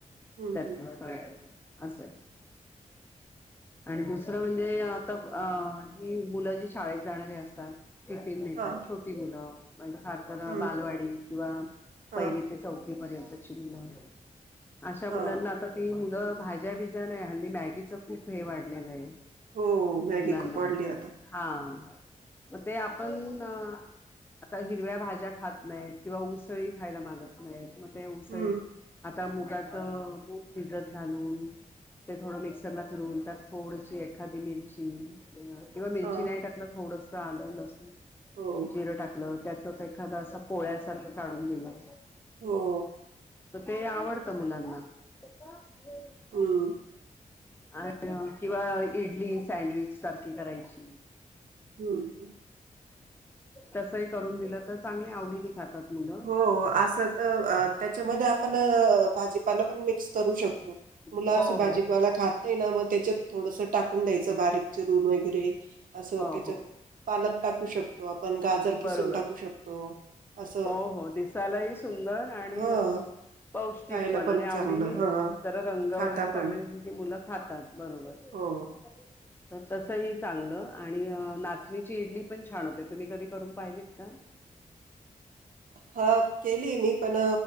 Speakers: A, on the right; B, on the left.
A: हम्म
B: त्याच
A: हम्म
B: करायच असंय. आणि दुसरं म्हणजे आता अ ही मुलं जी शाळेत जाणारी अस तात <unintelligible>
A: हा
B: छोटी मुलं म्हणजे फार तर
A: हम्म
B: बालवाडी किंवा
A: हा
B: पहिली चौथी पर्यंतची मुलं अशा मुलांना
A: हा
B: आता ती मुलं भाज्या बिज्या नाही, हल्ली मॅगीच खूप हे वाढलेलं आहे.
A: हो, मॅगी
B: मुलांना
A: खूप वाढली आता.
B: हा. मग ते आपण आता हिरव्या भाज्या खात नाहीत, किंवा उसळी खायला मागत नाहीत, मग ते उसळी
A: हं,
B: आता मुगाच मुग भिजत घालून ते थोडं मिक्सरला फिरवून त्यात थोडीशी एखादी मिरची किंवा मिरची
A: हां,
B: नाही टाकलं, थोडस आलंं, लसुण
A: हो,
B: जिरं टाकल आपलं त्याचच एखाद असं पोळ्या सारखं काढून दिलं.
A: हो.
B: तर ते आवडतं मुलांना. <unintelligible>
A: हम्म,
B: अ किंवा इडली सँडविच सारखी करायची.
A: हं.
B: तसही करून दिलं तर, चांगले आवडीने खातात. मुलं
A: हो, असं तर त्याच्यामध्ये आपण भाजीपाला पण मिक्स करू शकतो. मुलं
B: हो
A: असं भाजी
B: हो
A: पाला खात ते ना, मग त्याच्यात थोडस टाकून द्यायचं, बारीक चिरून वगैरे असं
B: हो
A: त्याच्यात
B: हो
A: पालक टाकू शकतो आपण, गाजर खिसून
B: बरोबर
A: टाकू शकतो अस
B: हो, हो. दिसालाही सुंदर, आणि
A: हं,
B: अ पौष्टिक
A: खायला
B: पण आणि आवडीनी
A: चांगलं. हं,
B: जरा रंग
A: खाता
B: वगैरे चांगले
A: पण.
B: असले की मुलं खातात बरोबर. <unintelligible>
A: हो.
B: तसचही चांगलं आणि अ, नाचणीची इडली पण छान होते, तुम्ही कधी करून पाहिलेत का?
A: हां, केली मी, पण